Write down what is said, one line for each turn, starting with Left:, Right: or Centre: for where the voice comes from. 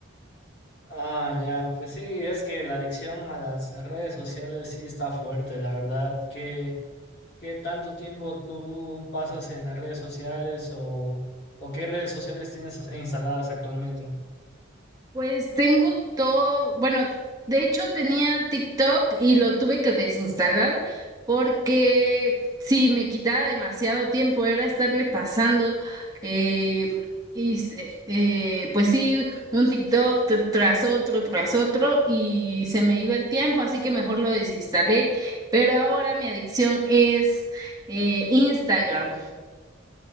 Left: Ah, ya, pues sí, es que la adicción a las redes sociales sí está fuerte, la verdad. ¿Qué, qué tanto tiempo tú pasas en las redes sociales o, o qué redes sociales tienes instaladas actualmente?
Right: Pues tengo todo, bueno, de hecho tenía TikTok y lo tuve que desinstalar porque sí, me quitaba demasiado tiempo, era estarle pasando, eh, y se- eh, pues sí, un TikTok tr- tras otro, tras otro, y se me iba el tiempo, así que mejor lo desinstalé, pero ahora mi adicción es eh, Instagram.